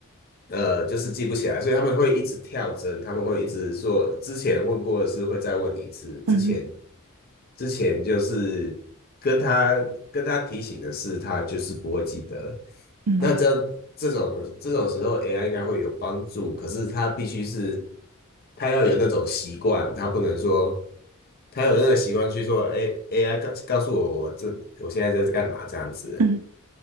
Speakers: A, on the left; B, on the right.
A: 呃，就是记不起来，所以他们会一直跳针，他们会一直说之前问过的事会再问你一次，之前
B: 嗯
A: 之前就是跟他跟他提醒的事，他就是不会记得。
B: 嗯
A: 那这这种这种时候，AI 应该会有帮助，可是他必须是他要有那种习惯，他不能说他有那个习惯去说，哎，AI 告告诉我我这我现在在干嘛这样子。
B: 嗯，